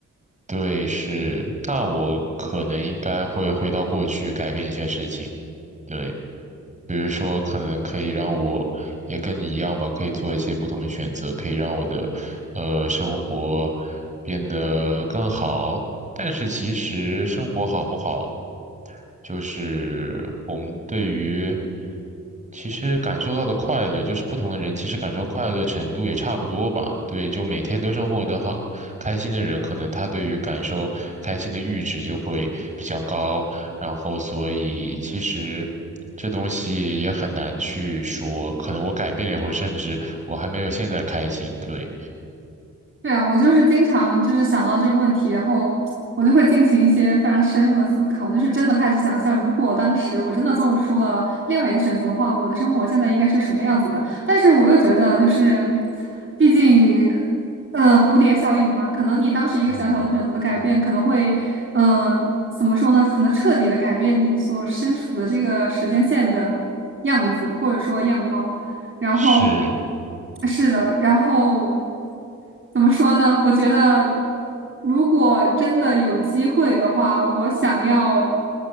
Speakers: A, on the right; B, on the right.
A: 对，是，那我可能应该会回到过去改变一些事情。对，比如说可能可以让我也跟你一样嘛，可以做一些不同的选择，可以让我的呃生活变得更好。但是其实生活好不好？就是我们对于其实感受到的快乐，就是不同的人其实感受快乐程度也差不多吧。对，就每天都生活得好开心的人，可能他对于感受开心的阈值就会比较高，然后所以其实。这东西也很难去说，可能我改变了以后，甚至我还没有现在开心。对，
B: 对啊，我就是经常就是想到这个问题，然后我就会进行一些非常深入的思考，就是真的开始想象，如果当时我真的做出了另外一个选择的话，我的生活现在应该是什么样子的。但是我又觉得，就是毕竟，呃，蝴蝶效应嘛，可能你当时一个小小的选择的改变，
A: 嗯，
B: 可能会，嗯、怎么说呢？可能彻底的改变你所身处的这个时间线的样子，或者说样貌。然后
A: 是，
B: 是的，然后。怎么说呢？我觉得，如果真的有机会的话，我想要，